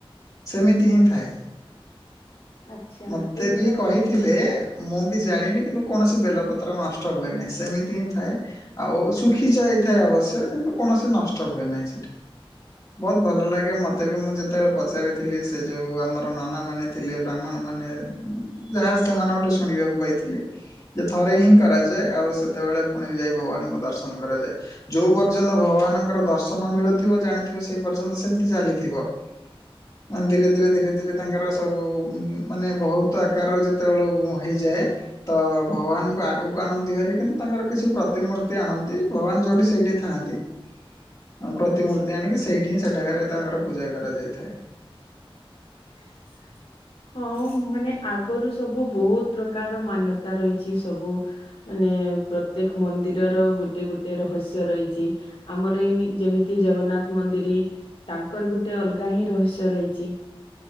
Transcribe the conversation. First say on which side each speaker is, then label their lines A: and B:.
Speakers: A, on the left; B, on the left.
A: ସେମିତି ହିଁ ଥାଏ
B: ଆଚ୍ଛା
A: ମତେ
B: ଏଇଟା
A: ବି କହିଥିଲେ।
B: ତ
A: ମୁଁ ବି ଜାଣିନି କିନ୍ତୁ କୌଣସି ବେଲପତ୍ର ନଷ୍ଟ ହୁଏ ନାହିଁ। ସେମିତି ହିଁ ଥାଏ। ଆଉ ଶୁଖି ଯାଇଥାଏ ଅବଶ୍ୟକ କିନ୍ତୁ କୌଣସି ନଷ୍ଟ ହୁଏ ନାହିଁ ସେଠି। ବୋହୁତ୍ ଭଲ ଲାଗେ
B: ହୁଁ,
A: ମତେ ବି ମୁଁ ଯେ ଯେତେବେଳେ ପଚାରିଥିଲି ସେ ଯୋଉ ଆମର ନନା ମାନେ ଥିଲେ ବ୍ରାହ୍ମଣ ମାନେ ଯାହା ସେମାନଙ୍କଠୁ ଶୁଣିବାକୁ ପାଇଥିଲି। ଯେ ଥରେ ହିଁ କରାଯାଏ ଆଉ ସେତେବେଳେ ପୁଣି ଯାଇ ଭଗବାନଙ୍କୁ ଦର୍ଶନ କରାଯାଏ। ଯୋଉ ପର୍ଯ୍ୟନ୍ତ ଭଗବାନଙ୍କର ଦର୍ଶନ ମିଳୁଥିବ ଜାଣିଥିବ ସେ ପର୍ଯ୍ୟନ୍ତ ସେମିତି ଚାଲିଥିବ।
B: ହ
A: ମାନେ ଧୀରେ ଧୀରେ ଧୀରେ ଧୀରେ ତାଙ୍କର ସବୁ ମାନେ ବହୁତ ଆକାରର ଯେତେବେଳେ ହୋଇଇଯାଏ ତ ଭଗବାନଙ୍କୁ ଆଗକୁ ଆଣନ୍ତି ଘରେ କିନ୍ତୁ ତାଙ୍କର କିଛି ପ୍ରତିମୂର୍ତ୍ତି ଆଣନ୍ତି ଭଗବାନ ଯେଉଁଠି ସେଇଠି ଥାଆନ୍ତି। ହଁ, ପ୍ରତିମୂର୍ତ୍ତି
B: ଆଚ୍ଛା।
A: ଆଣିକି, ସେଇଠି ହିଁ, ସେଠାକାରେ ତାଙ୍କର ପୂଜା କରାଯାଇଥାଏ।
B: <unintelligible> ହଁ ମାନେ ଆଗରୁ ସବୁ ବହୁତ ପ୍ରକାରର ମାନ୍ୟତା ରହିଚି ସବୁ ମାନେ ପ୍ରତ୍ୟେକ ମନ୍ଦିରର ଗୋଟେ ଗୋଟେ ରହସ୍ୟ ରହିଚି। ଆମର ଏଇ ମି ଯେମିତି ଜଗନ୍ନାଥ ମନ୍ଦିରି, ତାଙ୍କର ଗୋଟେ ଅଲଗା ହିଁ ରହସ୍ୟ ରହିଛି।